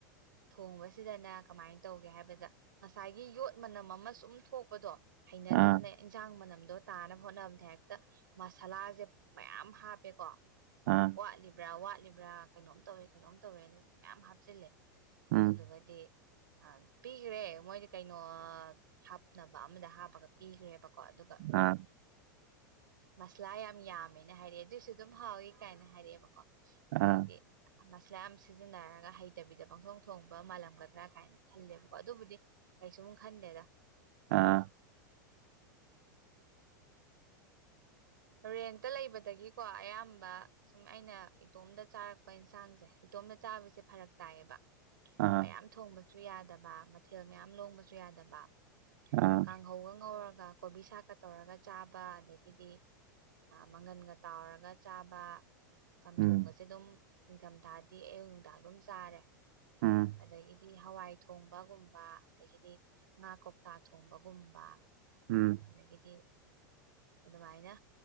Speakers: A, on the right; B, on the right.
A: ꯊꯣꯡꯕꯁꯤꯗꯅ ꯀꯃꯥꯏꯅ ꯇꯧꯒꯦ ꯍꯥꯏꯕꯗ ꯉꯁꯥꯏꯒꯤ ꯌꯣꯠ ꯃꯅꯝ ꯑꯃ ꯁꯨꯝ ꯊꯣꯛꯄꯗꯣ ꯍꯩꯅꯗꯗꯅꯦ
B: ꯑꯥ
A: ꯏꯟꯁꯥꯡ ꯃꯅꯝꯗꯣ ꯇꯥꯅꯕ ꯍꯣꯠꯅꯕꯅꯦ ꯍꯦꯛꯇ ꯃꯁꯥꯂꯥꯁꯦ ꯃꯌꯥꯝ ꯍꯥꯞꯄꯦꯀꯣ
B: ꯑꯥ
A: ꯋꯥꯠꯂꯤꯕ꯭ꯔꯥ ꯋꯥꯠꯂꯤꯕ꯭ꯔꯥ ꯀꯩꯅꯣꯝ ꯇꯧꯋꯦ ꯀꯩꯅꯣꯝ ꯇꯧꯋꯦꯅ ꯃꯌꯥꯝ ꯍꯥꯞꯆꯤꯜꯂꯦ
B: ꯎꯝ
A: ꯑꯗꯨꯗꯨꯒꯗꯤ ꯑ ꯄꯤꯒ꯭ꯔꯦ ꯃꯣꯏꯗꯤ ꯀꯩꯅꯣ ꯍꯥꯞꯅꯕ ꯑꯃꯗ ꯍꯥꯞꯄꯒ ꯄꯤꯒ꯭ꯔꯦꯕ ꯀꯣ ꯑꯗꯨꯒ
B: ꯑꯥ
A: ꯃꯁꯂꯥ ꯌꯥꯝ ꯌꯥꯝꯃꯦꯅ ꯍꯥꯏꯔꯛꯑꯦ ꯑꯗꯨꯏꯁꯨ ꯑꯗꯨꯝ ꯍꯥꯎꯋ ꯀꯥꯏꯅ ꯍꯥꯏꯔꯤꯛꯑꯦꯕꯀꯣ ꯑꯗꯩꯗꯤ
B: ꯑꯥ
A: ꯃꯁꯂꯥ ꯌꯥꯝ ꯁꯤꯖꯤꯟꯅꯔꯒ ꯍꯩꯇꯕꯤꯗ ꯄꯪꯁꯣꯡ ꯊꯣꯡꯕ ꯃꯥꯜꯂꯝꯒꯗ꯭ꯔꯥ ꯀꯥꯏꯅ ꯈꯜꯂꯦꯕꯀꯣ ꯑꯗꯨꯕꯨꯗꯤ ꯀꯩꯁꯨꯝ ꯈꯟꯗꯦꯗ
B: ꯑꯥ
A: ꯔꯦꯟꯇ ꯂꯩꯕꯗꯒꯤꯀꯣ ꯑꯌꯥꯝꯕ ꯁꯨꯝ ꯑꯩꯅ ꯏꯇꯣꯝꯗ ꯆꯥꯔꯛꯄ ꯏꯟꯁꯥꯡꯁꯦ ꯏꯇꯣꯝꯗ ꯆꯥꯕꯁꯦ ꯐꯔꯛ ꯇꯥꯏꯌꯦꯕ
B: ꯑꯥ
A: ꯃꯌꯥꯝ ꯊꯣꯡꯕꯁꯨ ꯌꯥꯗꯕ ꯃꯊꯦꯜ ꯃꯌꯥꯝ ꯂꯣꯡꯕꯁꯨ ꯌꯥꯗꯕ
B: ꯑ
A: ꯀꯥꯡꯍꯧꯒ ꯉꯧꯔꯒ ꯀꯣꯕꯤ ꯁꯥꯥꯛꯀ ꯇꯧꯔꯒ ꯆꯥꯕ ꯑꯗꯒꯤꯗꯤ ꯃꯪꯒꯟꯒ ꯇꯥꯎꯔꯒ ꯆꯥꯕ ꯆꯝꯊꯣꯡꯒꯁꯦ
B: ꯎꯝ
A: ꯑꯗꯨꯝ ꯅꯤꯡꯊꯝ ꯊꯥꯗꯤ ꯑꯌꯨꯛ ꯅꯨꯡꯗꯥꯡ ꯑꯗꯨꯝ ꯆꯥꯔꯦ
B: ꯎꯝ
A: ꯑꯗꯒꯤꯗꯤ ꯍꯋꯥꯏ ꯊꯣꯡꯕꯒꯨꯝꯕ ꯑꯗꯒꯤꯗꯤ ꯉꯥ ꯀꯧꯇꯥꯥꯛ ꯊꯣꯡꯕꯒꯨꯝꯕ
B: ꯎꯝ
A: ꯑꯗꯒꯤꯗꯤ ꯑꯗꯨꯃꯥꯏꯅ